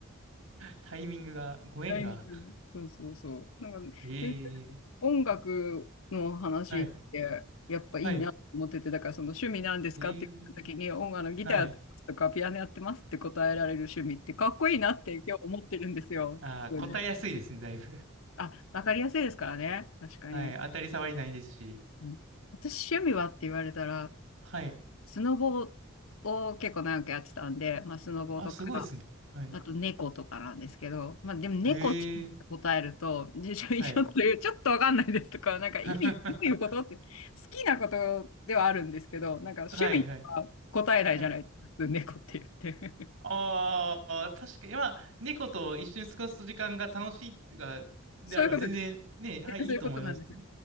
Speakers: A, on the right; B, on the left.
A: タイミングが、ご縁が。
B: タイミングねそうそうそう。なんかね、
A: ええ
B: 全然音楽の話って、
A: はい。
B: やっぱいいなと思ってて、
A: はい。
B: だからその趣味なんですかって言った時に、
A: ええ
B: 音楽のギターやってますとか、
A: はい。
B: ピアノやってますって答えられる趣味って、かっこいいなって今日思ってるんですよ。
A: ああ、
B: それで。
A: 答えやすいですね、だいぶ。
B: あ、わかりやすいですからね。確かに。
A: はい。当たり障りないですし。
B: うん、私、趣味はって言われたら、
A: はい。
B: スノボを結構長くやってたんで、まあ、スノボとか、
A: あ、すごいですね。はい。
B: あと猫とかなんですけど、まあでも猫って答えると、
A: ええ
B: 辞書以上という、
A: はい。
B: ちょっとわかんないですとか、なんか意味、
A: <laughs>
B: どういうことって、好きなことではあるんですけど、なんか趣味は答えないじゃないですか、
A: はいはい。はい。
B: 普通猫って言って。
A: ああ、確かに、まあ、猫と一緒に過ごす時間が楽しいってか、
B: <laughs>
A: であれば全然ね、
B: そういうことです。
A: はい、いいと思います。
B: そういうことなんですよ。